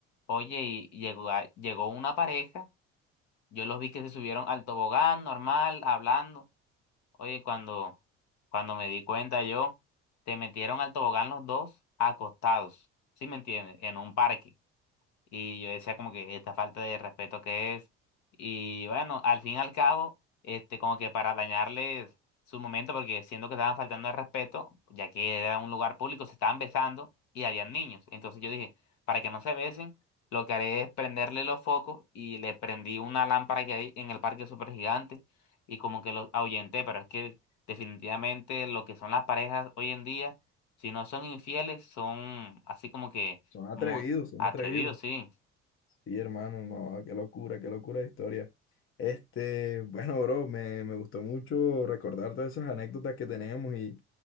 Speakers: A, on the left; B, on the left.
A: Oye, y llegó, a- llegó una pareja, yo los vi que se subieron al tobogán normal, hablando. Oye, cuando, cuando me di cuenta yo, te metieron al tobogán los dos acostados, ¿sí me entiendes? En un parque. Y yo decía como que esta falta de respeto que es. Y bueno, al fin y al cabo, este, como que para dañarles su momento, porque siento que estaban faltando el respeto, ya que era un lugar público, se estaban besando y habían niños. Entonces yo dije, para que no se besen, lo que haré es prenderle los focos y le prendí una lámpara que hay en el parque súper gigante y como que los ahuyenté, pero es que definitivamente lo que son las parejas hoy en día, si no son infieles, son así como que
B: Son atrevidos,
A: muy
B: son
A: atrevido,
B: atrevidos.
A: sí.
B: Sí, hermano, no, qué locura, qué locura de historia. Este, bueno, bro, me, me gustó mucho recordar todas esas anécdotas que tenemos y,